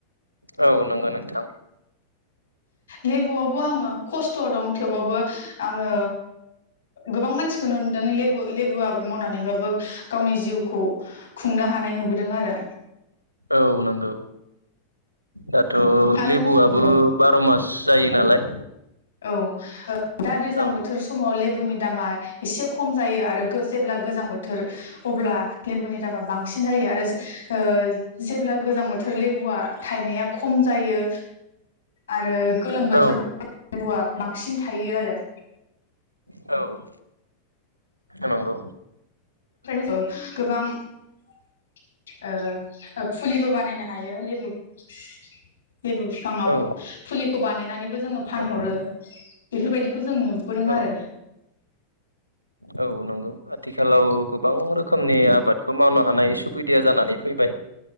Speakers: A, on the right; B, on the left.
A: औ नंगौ नोंथां
B: लेबुआवबो आङो खस्थ' दं थेवबाबो आङो गोबां मानसिखौ नुदों लेबु लेबु आबाद मावनानैबाबो गावनि जिउखौ खुंनो हानाय नुबोदों आरो
A: औ नोंगौ दाथ'
B: आरो
A: लेबुआबो
B: औ
A: बार' मास जायो नालाय
B: औ ओ दा दैज्लां
A: औ
B: बोथोर समाव लेबुनि दामा एसे खम जायो आरो जेब्ला गोजां बोथोर अब्ला लेबुनि दामा बांसिन जायो आरो ओ जेब्ला गोजां बोथोर लेबुआ थायनाया खम जायो आरो गोलोम बोथोरबा
A: औ
B: फोरुआ बांसिन थायो आरो
A: औ नोंगौ
B: ओफ्रायनोथ गोबां फुलिबो बानायनो हायो लेबु जेबो बिफाङाव
A: औ
B: फुलिखौ बानायनानैबो जोङो फानहरो।
A: नंगौ
B: बेफोरबायदिखौ जों नुबोदों
A: औ
B: आरो।
A: औ नंगौ। आथिखालाव गोबां रोखोमनि आबादखौ मावनो हानाय सुबिदाया जानानै फैबाय।